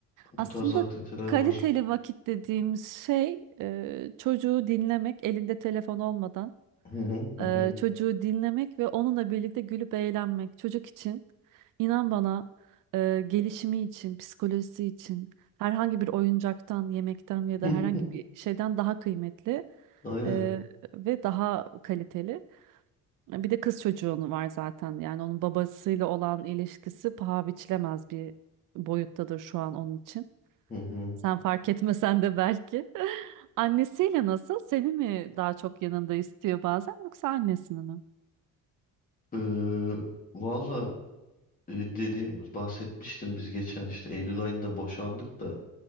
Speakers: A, on the left; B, on the right.
A: Bu
B: Aslında
A: tarz aktiviteler
B: kaliteli
A: var.
B: vakit dediğimiz şey e, çocuğu dinlemek elinde telefon olmadan.
A: Hı hı hı
B: e,
A: hı.
B: çocuğu dinlemek ve onunla birlikte gülüp eğlenmek çocuk için inan bana e, gelişimi için, psikolojisi için herhangi bir oyuncaktan, yemekten ya
A: <laughs>
B: da herhangi bir şeyden daha kıymetli
A: Aynen.
B: e, ve daha kaliteli. Bir de kız çocuğunu var zaten yani onun babasıyla olan ilişkisi paha biçilemez bir boyuttadır şu an onun için.
A: Hı hı.
B: Sen fark etmesen de belki. <laughs> Annesiyle nasıl? Seni mi daha çok yanında istiyor bazen yoksa annesini mi?
A: Ee, valla e, dediğim bahsetmiştim biz geçen işte Eylül ayında boşandık da